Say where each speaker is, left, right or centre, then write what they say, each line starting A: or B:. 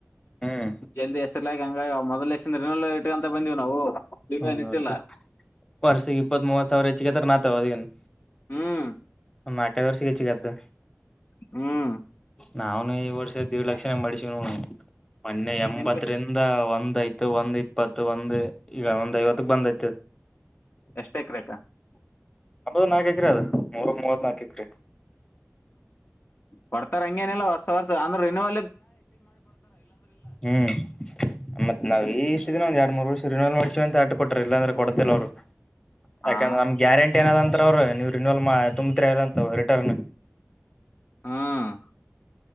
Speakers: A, on the left (about 15°); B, on the left (about 40°).
A: ಹ್ಮ್
B: ಜಲ್ದಿ ಎಸರ್ಲಾಗ ಹಂಗ ಮೊದ್ ಎಷ್ಟನ ಇಟ್ಕಂತ ಬಂದ್ ನಾವು. ಈಗ
A: ಹೌದ
B: ಇಟ್ಟಿಲ್ಲ
A: ಹೌದು ವರ್ಷಿಗೆ ಇಪ್ಪತ್ತ್ ಮೂವತ್ ಸಾವಿರ ಹೆಚ್ಚಿಗೆತ್ರ ನಾತ ಅದಗನ್.
B: ಹ್ಮ್
A: <unintelligible> ವರ್ಷಗೆಚ್ಚಿ ಗದ್ದವ್ರಿ.
B: ಹ್ಮ್
A: ನಾವ ಈ ವರ್ಷ ದೀಡ್ ಲಕ್ಷನ ಮಾಡ್ಸ ಮೊನ್ನೆ ಎಂಬತ್ತರಿಂದ
B: ನಿಮಗ
A: ಒಂದ್ ಐತಿ ಇತ್ತು ಒಂದ್ ಇಪ್ಪತ್ತು ಒಂದ್ ಈಗ ಒಂದ್ ಐವತ್ತಕ್ ಬಂದೈತ್
B: ಎಸ್ಟೆಕ್ರ ಕ
A: ಹತ್ ನಾಲ್ಕು ಎಕ್ರ ಅದ ಮೂರು ಮೂವತ್ ನಾಲ್ಕು ಎಕ್ರೆ.
B: ಕೊಡ್ತಾರೆ ಹಂಗೇನಿಲ್ಲಲ್ಲ ಹೊಸರ್ ಅಂದ್ರೆ ನೀವ
A: ಹ್ಮ್ ಮತ್ ನಾವ್ ಈ ಇಷ್ಟ ದಿನ ಒಂದ್ ಎರಡ್ ಮೂರು ವರ್ಷ ರಿಲ್ ಮಾಡ ತ ಅ ಕೊಟ್ರ ಇಲ್ಲಾಂದ್ರೆ ಕೊಡ್ಲ್ಲ ಅವ್
B: ಆ
A: ಯಾಕಂದ್ರೆ ನಮ್ ಗ್ಯಾರಂಟಿ ಏನದಂತ ಅವ್ರರು ನೀವ ರಿನೋವಲ್ ತುಂಬತ್ ಅದಂತ ರಿಟರ್ನ್.
B: ಹ್ಮ್